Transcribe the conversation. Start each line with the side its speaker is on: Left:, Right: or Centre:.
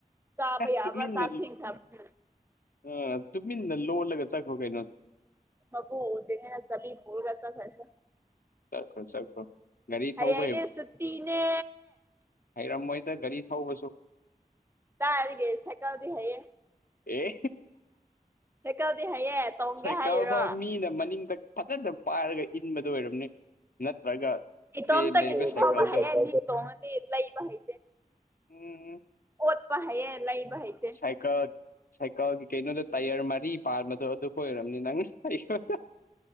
Right: ꯆꯥꯕꯌꯥꯕ
Left: ꯑꯁ ꯇꯨꯃꯤꯟꯅ
Right: ꯆꯁꯤꯟ ꯈ꯭ꯔꯝꯅꯤꯅ
Left: ꯑ ꯇꯨꯃꯤꯟꯅ ꯂꯣꯜꯂꯒ ꯆꯠꯈ꯭ꯔꯣ ꯀꯩꯅꯣ
Right: ꯃꯄꯨ ꯑꯨꯗꯦꯅꯦ ꯅ ꯆꯕꯤ ꯄꯨꯔꯒ ꯆꯠꯈꯔꯁꯨ
Left: ꯆꯠꯈ꯭ꯔꯣ ꯆꯠꯈ꯭ꯔꯣ ꯒꯥꯔꯤ
Right: ꯍꯌꯦꯡꯗꯤ
Left: ꯊꯧꯕ
Right: ꯁꯨꯇꯤꯅꯦ
Left: ꯍꯩꯏꯔꯝꯃꯣꯏꯗ ꯒꯔꯤ ꯊꯧꯕꯁꯨ
Right: ꯇꯔꯤꯒꯦ ꯁꯥꯏꯀꯜꯗꯤ ꯍꯩꯏꯌꯦ
Left: ꯑꯦ
Right: ꯁꯥꯏꯀꯜꯗꯤ ꯍꯩꯌꯦ ꯇꯣꯡꯒꯦ
Left: ꯁꯥꯏꯀꯜ
Right: ꯍꯥꯏꯔꯤꯔꯣ
Left: ꯐꯥꯎ ꯃꯤꯅ ꯃꯅꯤꯡꯇ ꯐꯖꯅ ꯄꯥꯏꯔꯒ ꯏꯟꯕꯗꯣ ꯑꯣꯏꯔꯝꯅꯤ ꯅꯠꯇ꯭ꯔꯒ ꯏꯁꯇꯦꯟ
Right: ꯏꯇꯣꯝꯇꯒꯤꯗꯤ
Left: ꯂꯩꯕ ꯁꯥꯏꯀꯜꯗꯣ
Right: ꯊꯧꯕ ꯍꯩꯌꯦ ꯃꯤꯇꯣꯡꯉꯗꯤ ꯂꯩꯕ ꯍꯩꯏꯇꯦ
Left: ꯎꯝ
Right: ꯑꯣꯠꯄ ꯍꯩꯏꯌꯦ ꯂꯩꯕ ꯍꯩꯇꯦ
Left: ꯑꯥꯏꯀꯠ ꯁꯥꯏꯀꯜꯒꯤ ꯀꯩꯅꯣꯗ ꯇꯥꯏꯌꯔ ꯃꯔꯤ ꯄꯥꯟꯕꯗꯣ ꯑꯗꯨꯄꯣ‌ꯏ ꯑꯣꯏꯔꯝꯅꯤ ꯅꯪ ꯑꯩ ꯀꯥꯆ